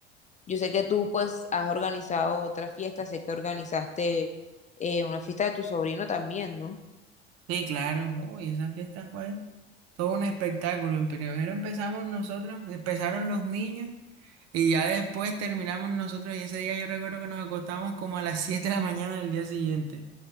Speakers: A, on the left; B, on the right.
A: yo sé que tú pues has organizado otra fiesta, sé que organizaste eh, una fiesta de tu sobrino también, ¿no?
B: Sí, claro, uy, esa fiesta fue todo un espectáculo. En primero empezamos nosotros, empezaron los niños y ya después terminamos nosotros y ese día yo recuerdo que nos acostamos como a las 7 de la mañana del día siguiente.